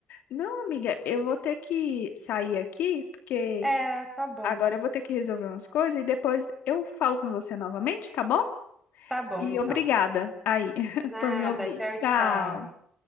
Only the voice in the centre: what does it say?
É, tá bom.
Tá bom,
então.
Nada,
tchau,
tchau.